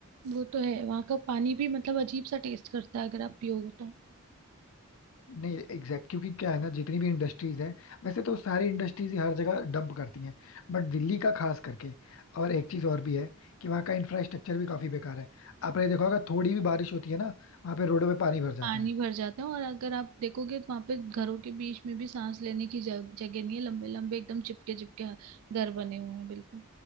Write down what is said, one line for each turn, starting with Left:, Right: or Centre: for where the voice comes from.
Right: वो तो है वहाँ का पानी भी मतलब अजीब सा टेस्ट करता है अगर आप पियोगे तो
Left: नहीं एग्जैक्ट क्योंकि क्या है ना जितनी भी इंडस्ट्रीज हैं वैसे तो सारी इंडस्ट्रीज ही हर जगह डंप करती हैं बट दिल्ली का खास करके और एक चीज और भी है कि वहाँ का इंफ्रास्ट्रक्चर भी काफी बेकार है आपने देखा होगा थोड़ी भी बारिश होती है ना वहाँ पे रोडों पे पानी भर
Right: पानी
Left: जाता है
Right: भर जाता है और अगर आप देखोगे तो वहां पे घरों के बीच में भी सांस लेने की जग, जगह नहीं है लंबे लंबे एकदम चिपके चिपके घर बने हुए हैं बिल्कुल